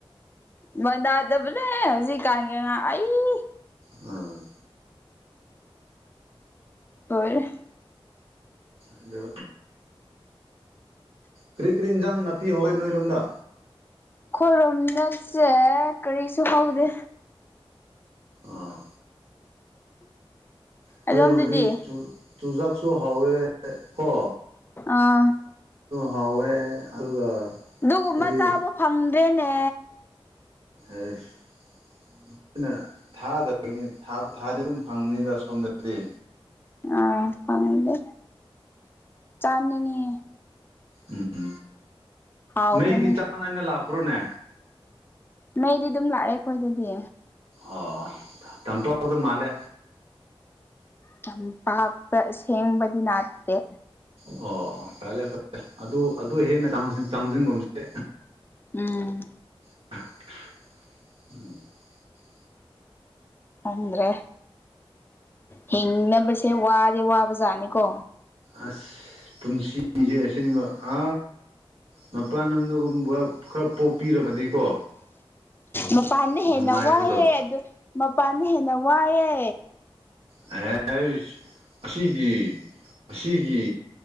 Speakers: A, on the left; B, on the right.
A: ꯃꯥꯟꯅꯗꯥꯕꯅꯦ ꯍꯧꯖꯤꯛ ꯀꯥꯥꯟꯒꯤ ꯑꯉꯥꯡ ꯑꯩ
B: ꯑꯝ
A: ꯂꯣꯏꯔꯦ
B: ꯑꯗꯨ ꯀꯔꯤ ꯀꯔꯤ ꯏꯟꯖꯥꯡ ꯅꯥꯄꯤ ꯍꯧꯏ ꯅꯣꯏ ꯔꯣꯝꯗꯥ
A: ꯑꯈꯣꯏꯔꯣꯝꯗ ꯀꯔꯤꯁꯨ ꯍꯧꯗꯦ
B: ꯑꯥ ꯑꯈꯣꯏꯔꯣꯝꯗꯗꯤ
A: ꯑꯗꯣꯝꯗꯗꯤ
B: ꯆꯨꯖꯥꯛꯁꯨ ꯍꯧꯏ ꯀꯣ
A: ꯑꯥ
B: ꯍꯧꯑꯦ ꯑꯗꯨꯒ
A: ꯑꯗꯨꯒꯨꯝꯕ
B: ꯀꯔꯤ
A: ꯆꯥꯕ ꯐꯪꯗꯦꯅꯦ
B: ꯑꯥꯁ ꯑꯩꯈꯣꯏꯅ ꯊꯥꯗꯕꯩꯅꯤ ꯊꯥꯕꯨ ꯊꯥꯔꯗꯤ ꯗꯨꯝ ꯐꯪꯕꯅꯤꯗ ꯁꯣꯝꯗꯗꯤ
A: ꯑꯥ ꯐꯪꯗꯦ ꯆꯥꯅꯤꯡꯉꯤ
B: ꯑꯝ
A: ꯍꯥꯎꯕꯅꯦ
B: ꯃꯩꯗꯤ ꯆꯥꯡ ꯅꯥꯏꯅ ꯂꯥꯛꯄ꯭ꯔꯣꯅꯦ
A: ꯃꯩꯗꯤ ꯑꯗꯨꯝ ꯂꯥꯛꯑꯦ ꯑꯩꯈꯣꯏꯒꯤꯗꯤ
B: ꯑꯣ ꯌꯥꯝ ꯆꯥꯎꯈꯠꯄ ꯃꯥꯂꯦ
A: ꯇꯝꯄꯥꯛꯇ ꯁꯦꯝꯕꯗꯤ ꯂꯤꯛꯇꯦ
B: ꯑꯣ ꯐꯥꯔꯦ ꯐꯥꯔꯦ ꯑꯗꯨ ꯑꯗꯨ ꯍꯦꯟꯅ ‌ꯆꯡꯖꯤꯟꯒꯨꯟꯁꯤ
A: ꯎꯝ
B: <unintelligible>
A: ꯈꯪꯗ꯭ꯔꯦ ꯍꯤꯡꯅꯕꯁꯤ ꯋꯥꯗꯤ ꯋꯥꯕ ꯖꯥꯠꯅꯤꯀꯣ
B: ꯑꯁ ꯄꯨꯟꯁꯤꯁꯦ ꯑꯁꯦꯡꯕꯥ ꯍꯥ ꯃꯄꯥꯟ ꯂꯝꯗꯥꯒꯨꯝꯕ ꯈ꯭ꯔꯥ ꯄꯣꯛꯄꯤꯔꯝꯃꯗꯤꯀꯣ
A: ꯃꯄꯥꯟꯅꯥ ꯍꯦꯟꯅ
B: ꯅꯨꯡꯉꯥꯏꯒꯗꯕ
A: ꯋꯥꯏꯌꯦ ꯑꯗꯨ ꯃꯄꯥꯟꯅꯥ ꯍꯦꯟꯅ ꯋꯥꯏꯌꯦ
B: ꯑꯦꯁ ꯑꯁꯤꯒꯤ ꯑꯁꯤꯒꯤ